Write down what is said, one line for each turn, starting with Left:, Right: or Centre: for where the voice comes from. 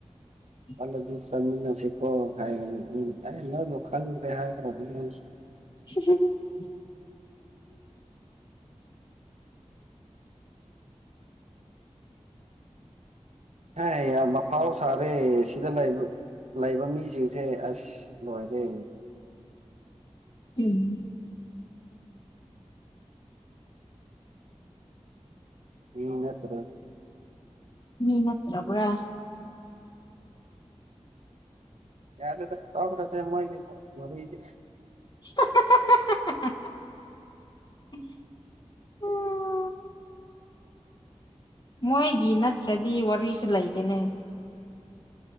Left: <inaudible>
Right: ꯈꯜꯂꯗꯤ ꯆꯠꯃꯤꯟꯅꯁꯤꯀꯣ ꯍꯥꯏꯔꯅꯤ ꯑꯩꯅ ꯑꯦ ꯅꯣꯏꯕꯨ ꯈꯟꯗ꯭ꯔꯦ ꯍꯥꯏꯈ꯭ꯔꯕꯅꯦ
Left: <inaudible>
Right: ꯍꯥꯏ ꯌꯥꯝ ꯑꯐꯥꯎ ꯁꯥꯔꯦ ꯁꯤꯗ ꯂꯩꯕ ꯂꯩꯕ ꯃꯤꯁꯤꯡꯁꯦ ꯑꯁ ꯂꯣꯏꯔꯦ
Left: ꯎꯝ
Right: ꯃꯤ ꯅꯠꯇꯔ꯭ꯦ
Left: ꯃꯤ ꯅꯠꯇ꯭ꯔꯕꯔ꯭ꯥ
Right: ꯌꯥꯔꯦꯗ ꯇꯣꯛꯔꯁꯦ ꯃꯣꯏꯒꯤ ꯋꯥꯔꯤꯗꯤ
Left: <inaudible> <inaudible> ꯃꯣꯏꯒꯤ ꯅꯠꯇ꯭ꯔꯗꯤ ꯋꯥꯔꯤꯁꯨ ꯂꯩꯇꯦꯅꯦ